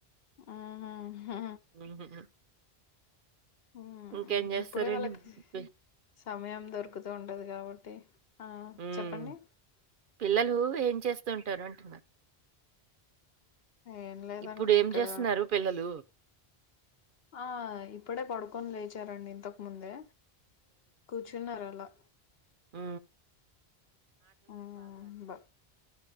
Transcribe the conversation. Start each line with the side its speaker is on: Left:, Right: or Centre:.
Left: ఉహు హా
Right: ఉ హు హూ
Left: హ్మ్.
Right: ఇంకేం చేస్తారండి
Left: ఇప్పుడే వాళ్ళకి
Right: మి
Left: సమయం దొరుకుతూ ఉండదు కాబట్టి ఆ
Right: హ్మ్.
Left: చెప్పండి.
Right: పిల్లలు ఏం చేస్తూ ఉంటారు అంటున్నా
Left: ఏం లేదండి
Right: ఇప్పుడు ఏం
Left: ఇక్కడ
Right: జేస్తున్నారు పిల్లలు?
Left: ఆ ఇప్పుడే పడుకొని లేచారండి ఇంతకు ముందే కూర్చున్నారు అలా.
Right: ఉ
Left: ఉ బ